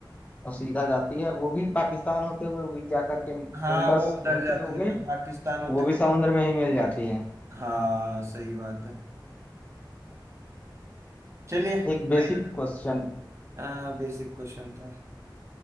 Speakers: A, on the left; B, on the right.
A: और सीधा जाती है वो भी पाकिस्तान होते हुए भी जा करके
B: हाँ
A: इंडस
B: वो उधर
A: होते
B: जाती
A: हुए
B: है ना पाकिस्तान होते
A: वो
B: हुए
A: भी समुद्र में ही मिल जाती है
B: हाँ सही बात है चलिए कोई
A: एक बेसिक
B: ना।
A: क्वेश्चन
B: हाँ बेसिक क्वेश्चन था